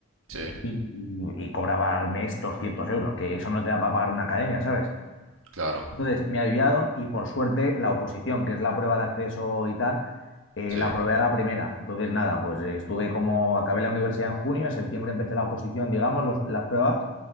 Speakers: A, on the right (about 75°); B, on the left (about 60°).
A: sí,
B: Y, y cobraba al mes 200 euros, que eso no te da para pagar una academia, ¿sabes?
A: claro,
B: Entonces me ayudaron y por suerte la oposición, que es la prueba de acceso y tal, eh,
A: sí,
B: la aprobé a la primera. Entonces nada, pues eh, estuve como, acabé la universidad en junio, en septiembre empecé la oposición, digamos, los- las pruebas,